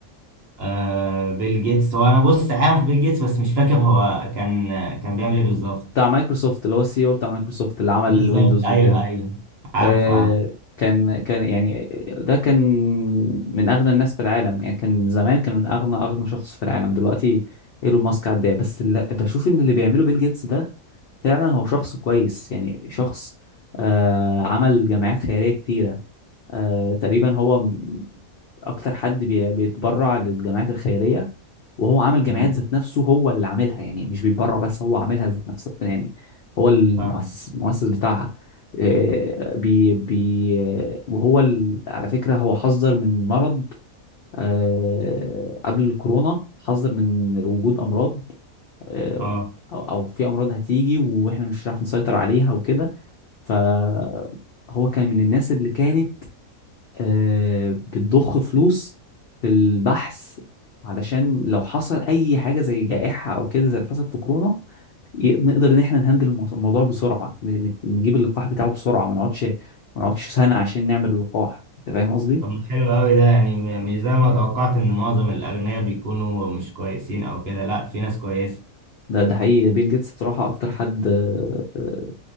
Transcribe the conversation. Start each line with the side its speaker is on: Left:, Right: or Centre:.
Right: آه بيل جيتس هو انا بص عارف بيل جيتس بس مش فاكر هو كان كان بيعمل ايه بالظبط
Left: بتاع مايكروسوفت اللي هو السي او بتاع مايكروسوفت اللي عمل
Right: بالظبط
Left: ويندوز
Right: ايوه
Left: وكده
Right: ايوه عارف
Left: آه
Right: عارف
Left: كان كان يعني ده كان من أغنى الناس في العالم يعني كان زمان كان من أغنى أغنى شخص في العالم دلوقتي ايلون ماسك عداه بس اللي بشوف ان اللي بيعمله بيل جيتس ده فعلا هو شخص كويس يعني شخص آه عمل جمعيات خيرية كتيرة آه تقريبا هو م- اكتر حد بي- بيتبرع للجمعيات الخيريه وهو عامل جمعيات
Right: مم،
Left: ذات نفسه هو اللي عاملها يعني مش بيتبرع بس هو عاملها ذات نفسه يعني هو المؤسس
Right: فاهم
Left: المؤسس بتاعها آه، بي بي وهو ال... على فكرة هو حذر من مرض آه، قبل الكورونا حذر من وجود أمراض آه،
Right: اه
Left: أو أو في أمراض هتيجي وإحنا مش هنعرف نسيطر عليها وكده فهو كان من الناس اللي كانت آه، بتضخ فلوس في البحث علشان لو حصل اي حاجه زي جائحه او كده زي اللي حصل في كورونا ي- نقدر ان احنا نهندل المو- الموضوع بسرعه ن- ن- نجيب اللقاح بتاعه بسرعه ما نقعدش ما نقعدش سنه عشان نعمل اللقاح انت فاهم قصدي
Right: طب ما حلو قوي ده يعني م- مش زي ما توقعت ان معظم الاغنياء بيكونوا مش كويسين او كده لا في ناس كويسه
Left: ده ده حقيقي بيل جيتس بصراحه اكتر حد آه، آه،